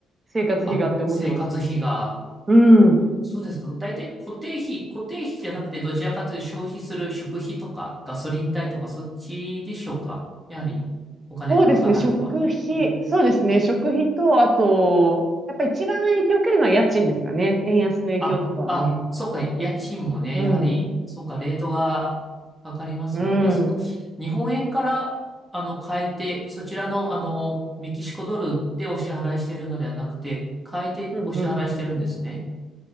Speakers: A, on the right (about 25°); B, in the centre.
A: 生活費がって思ってます。
B: あ、生活費が。
A: うん。
B: そうですか。大体固定費、固定費じゃなくて、どちらかというと消費する食費とかガソリン代とかそっちでしょうか。やはりお金がかかるとは。
A: そうですね。食費、
B: うん
A: そうですね。食費と、あと、やっぱ一番影響を受けるのは家賃ですかね。円安の影響とかはね。
B: あ、あ、そっか、家賃もね、
A: うん。
B: やはり、そっか、レートがかかりますもんね。
A: うん。
B: そっか。日本円から、あの、変えて、そちらの、あの、メキシコドルでお支払いしてるのではなくて、変えてお支払いしてるんですね。
A: うん、うん、